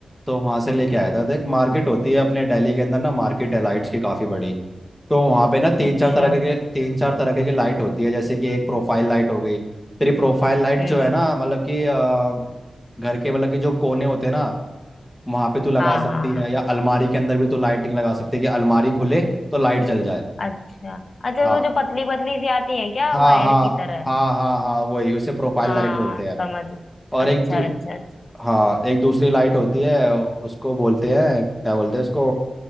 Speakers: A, in the centre; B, on the left.
A: तो वहां से लेके
B: हम्म
A: आया था देख मार्केट होती है अपने दिल्ली के अंदर ना मार्केट है लाइट्स की काफी बड़ी तो वहां पे ना तीन
B: अच्छा
A: चार तरह के
B: हम्म
A: तीन चार तरह के लाइट होती है जैसे कि एक प्रोफाइल लाइट हो गई तेरी प्रोफाइल लाइट
B: हम्म।
A: जो है ना मतलब कि अ, घर के मतलब कि जो कोने होते हैं ना वहां पे तू लगा
B: हाँ
A: सकती
B: हाँ
A: है
B: हाँ।
A: या अलमारी के अंदर भी तू लाइटिंग लगा सकती है कि अलमारी खुले तो लाइट जल जाए
B: अच्छा अच्छा
A: हाँ
B: वो जो पतली पतली सी आती है क्या
A: हाँ
B: वायर
A: हाँ
B: की तरह
A: हाँ हाँ हाँ वही उसे प्रोफाइल
B: हाँ
A: लाइट बोलते हैं
B: समझ
A: और
B: अच्छा
A: एक दू-
B: अच्छा अच्छा
A: हाँ एक दूसरी लाइट होती है उसको बोलते हैं क्या बोलते हैं उसको